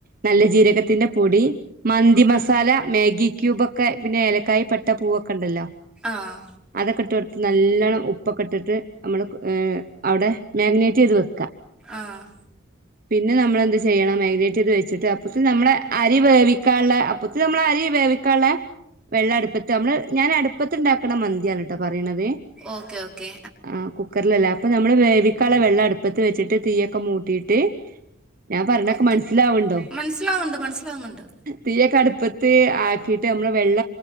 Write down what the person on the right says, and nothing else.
നല്ല ജീരകത്തിന്റെ പൊടി, മന്തി മസാല,
മാഗി ക്യൂബ് ഒക്കെ പിന്നെ ഏലക്കായി പ ട്ട പൂവൊക്കെണ്ടല്ലോ,
അതൊക്കെ ഇട്ട് കൊടുത്ത് നല്ലണ്ണം ഉപ്പൊക്കെ ഇട്ടിട്ട്, നമ്മള് ഏഹ് അവിടെ മാരിനെറ്റ് ചെയ്ത് വെക്ക.
പിന്നെ നമ്മളെന്ത് ചെയ്യണം മാരിനേറ്റ് ചെയ്ത് വച്ചിട്ട്, അപ്പോഴത്തെ നമ്മളെ അരി വേവിക്കാള്ളെ അപ്പത്തെ നമ്മള് അരി വേവിക്കാള്ളെ വെള്ള അടുപ്പ തിട്ട് നമ്മള് ഞാൻ അടുപ്പത്ത് ഉണ്ടാക്കണ മന്തിയാണ് ട്ടോ പറയണന്നത്.
ആ ഉപ്പ് കുക്കറിലല്ലേ, അപ്പൊ നമ്മള് വേവിക്കാള വെള്ളം അടുപ്പത്ത് വെച്ചിട്ട് തീയൊക്കെ മൂട്ടിട്ട് ഞാൻ പറ്ണേക്ക
മനസ്സിലാവണ്ടോ?
തീയൊക്കെ അടുപ്പത്ത് ആക്കിട്ട് നമ്മള് വെള്ള